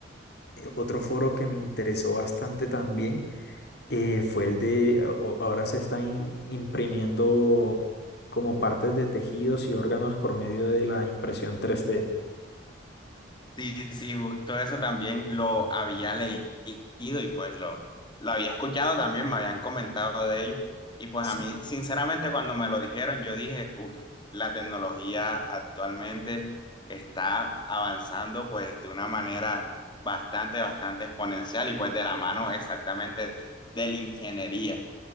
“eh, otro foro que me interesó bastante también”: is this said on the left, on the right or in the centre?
Left